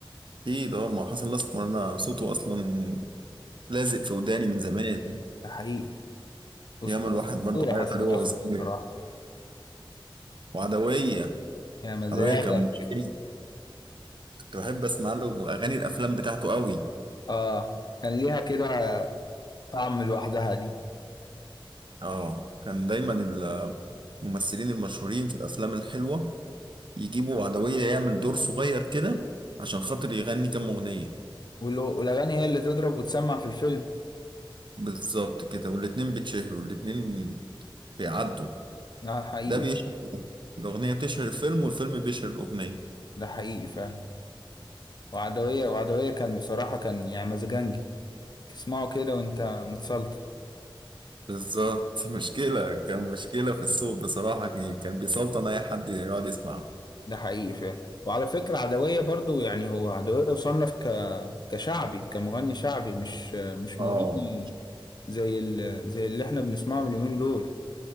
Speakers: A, on the right (about 60°); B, on the left (about 50°).
A: أكيد أه ما حسن الأسمر أنا صوته أصلا لازق في وداني من زمان
B: ده حقيقي اسطوره
A: ياما الواحد برضو
B: اسطوره
A: عيط
B: حسن
A: عليه وهو
B: الاسمر
A: صغير
B: بصراحه
A: وعدوية
B: يا مزاجك
A: عدوية كان مشكلة كنت بحب اسمع له اغاني الافلام بتاعته قوي
B: اه كان ليها كده طعم لوحدها دي
A: اه كان دايما الممثلين المشهورين في الافلام الحلوه يجيبوا عدويه يعمل دور صغير كده عشان خاطر يغني كام اغنيه
B: وال- والاغاني هي اللي تضرب وتسمع في الفيلم
A: بالظبط كده والاتنين بيتشهروا والاتنين بيعدوا
B: ده حقيقي
A: ده بيشهر الاغنيه بتشهر الفيلم والفيلم بيشهر الاغنيه
B: ده حقيقي فعلا وعدويه وعدويه كان بصراحه كان يعني مزاجنجي تسمعه كده وانت متسلطن
A: بالظبط <laughs> مشكله كان مشكله في السوق بصراحه كان كان بيسلطن اي حد يقعد يسمعه
B: ده حقيقي فعلا وعلى فكرة عدوية برضو يعني هو عدوية يصنف ك... كشعبي كمغني شعبي مش مش
A: اه
B: مغني زي ال... زي اللي احنا بنسمعه من اليومين دول